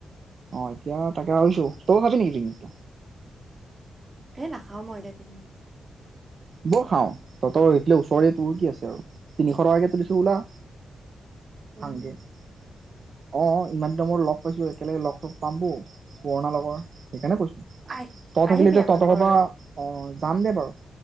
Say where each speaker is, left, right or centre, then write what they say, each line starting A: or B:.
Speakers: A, on the right; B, on the right.
A: অ', এতিয়া তাকে ভাবিছোঁ তইও খাবি নেকি পিকনিকটো?
B: এ নাখাও মই দে পিকনিক।
A: বল খাওঁ তহঁতৰ এইফালে ওচৰে তোৰ কি আছে আৰু তিনিশ টকাকে তুলিছো ওলা।
B: উম
A: <unintelligible> অ', ইমান দিনৰ মূৰত লগ পাইছোঁ একেলগে লগ পাম ব' পুৰণা লগৰ। সেইকাৰণে কৈছো,
B: আহ
A: ত
B: আহিবি
A: থাকিলে তহঁতৰ
B: আমাৰ ঘৰলৈ
A: ঘৰৰপৰা অ', যাম দে বাৰু।